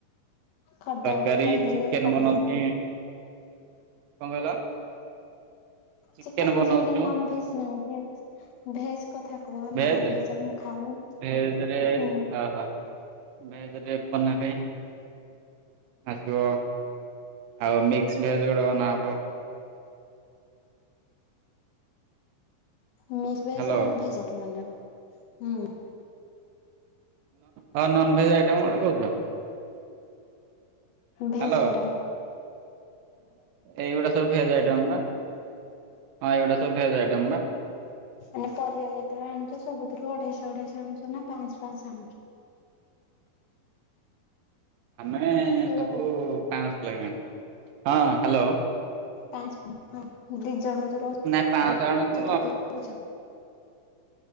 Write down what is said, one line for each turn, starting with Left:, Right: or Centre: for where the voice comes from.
Left: କରିଦବ
Right: ତରକାରୀ
Left: ମୁଁ କହିଦେଲି
Right: ଚିକେନ
Left: ଏବେ କରିଦବ।
Right: ବନୋଉଚି। କଣ କହିଲ? ଚିକେନ
Left: ଚିକେନ୍
Right: ବନଉଛୁ
Left: ଚିକେନ୍ ନନ ଭେଜ୍ ନାଁ ଭେଜ୍? ଭେଜ୍ ସେ କଥା କୁହନା
Right: ଭେଜ
Left: ନନ ଭେଜ୍ ମୁଁ ଖାଉନି
Right: ଭେଜରେ
Left: ହୁଁ।
Right: ଅହ ଭେଜରେ ପନିରି ଆସିବ ଆଉ ମିକ୍ସ ଭେଜ୍ ଗୋଟେ ବନାହେବ।
Left: Mix veg
Right: hello
Left: non veg ଗୋଟେ ବନେଇବ ହୁଁ।
Right: ନ ନନ୍ ଭେଜ୍ ଆଇଟମ୍ ଗୋଟେ କହୁଥିଲ? hello
Left: Veg item.
Right: ଏଇଗୁଡା ସବୁ ଭେଜ୍ଆଇଟମ ପା। ହଁ ଏଇଗୁଡା ସବୁ ଭେଜ୍ଆଇଟମ ପା।
Left: ମାନେ ପରିବା ଯେତେବେଳେ ଆଣୁଚ ସବୁଥିରୁ ଅଢେଇଶ ଅଢେଇଶ ଆଣୁଚ ନା ପାଁସ ପାଁସ ଆଣୁଚ?
Right: ଆମେ
Left: ହ୍ୟାଲୋ।
Right: ସବୁ ପାଁଶ ଲେଖା ଆଣୁ। ହଁ ହ୍ୟାଲୋ।
Left: ପାଁଶ <unintelligible> ହଁ ଦି ଜଣ ଯୋଉ ରହୁଚ
Right: ନା ପାଞ୍ଚଶହ ଆଣୁଛୁ
Left: କେତିକି କରୁଚ?